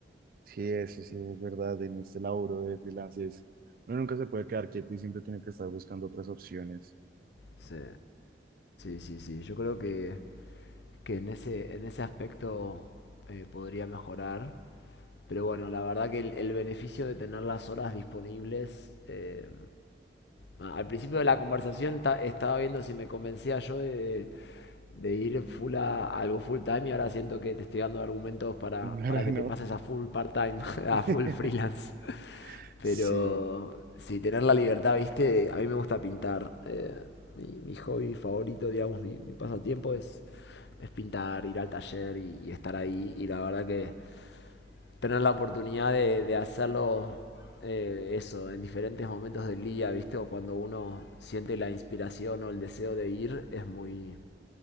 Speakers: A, on the right; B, on the left.
A: Sí, eso sí es verdad. En este laburo de freelance es- uno nunca se puede quedar quieto y siempre tiene que estar buscando otras opciones.
B: Sí, sí, sí, sí. Yo creo que, que en ese, en ese aspecto eh, podría mejorar. Pero bueno, la verdad que el, el beneficio de tener las horas disponibles. eh, ah, al principio de la conversación ta- estaba viendo si me convencía yo de, de- de ir full a algo full time y ahora siento que te estoy dando argumentos para,
A: <laughs> Ahora
B: para que
A: no.
B: te pases a full part time, <laughs> a
A: <laughs>
B: full freelance.
A: Sí,
B: Pero si tener la libertad, viste, a mí me gusta pintar. eh, mi, mi hobby favorito, digamos, mi, mi pasatiempo es, es pintar, ir al taller y, y estar ahí. Y la verdad que tener la oportunidad de, de hacerlo eh, eso, en diferentes momentos del día, ¿viste? O cuando uno siente la inspiración o el deseo de ir, es muy.